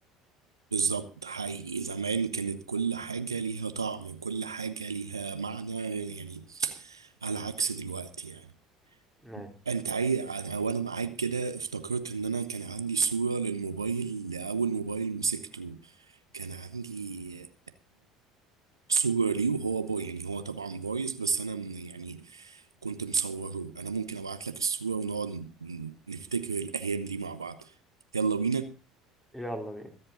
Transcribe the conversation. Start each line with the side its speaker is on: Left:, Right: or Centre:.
Right: بالظبط حقيقي زمان كانت كل حاجة ليها طعم كل حاجة ليها معنى يعني على عكس دلوقتي يعني
Centre: <laughs> أيوة.
Right: انت عاي... انا وانا معاك كده افتكرت ان انا كان عندي صورة للموبايل لأول موبايل مسكته كان عندي صورة ليه وهو باي يعني هو طبعا بايظ بس انا من- يعني كنت مصوره انا ممكن ابعت لك الصورة ونقعد ن- نفتكر الايام دي مع بعض يلا بينا
Centre: يلا بينا